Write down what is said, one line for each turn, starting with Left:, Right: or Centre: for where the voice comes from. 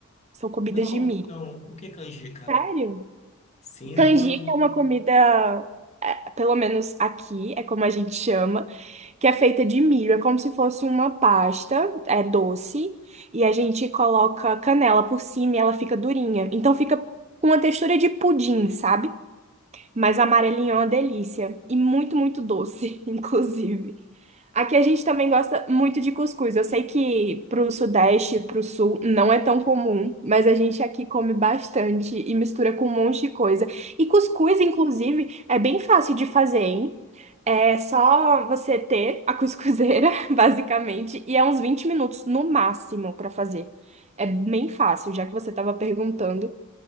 Right: São comidas
Left: Não,
Right: de milho.
Left: não. O que é canjica?
Right: Sério?
Left: Sim,
Right: Canjica
Left: não, não.
Right: é uma comida, é, pelo menos aqui, é como a gente chama, que é feita de milho. É como se fosse uma pasta, é doce, e a gente coloca canela por cima e ela fica durinha. Então fica com uma textura de pudim, sabe? Mas amarelinho é uma delícia. E muito, muito doce, <laughs> inclusive. Aqui a gente também gosta muito de cuscuz. Eu sei que pro Sudeste, pro Sul, não é tão comum, mas a gente aqui come bastante e mistura com um monte de coisa. E cuscuz, inclusive, é bem fácil de fazer, hein? É só você ter a cuscuzeira, <laughs> basicamente, e é uns 20 minutos no máximo pra fazer. É bem fácil, já que você estava perguntando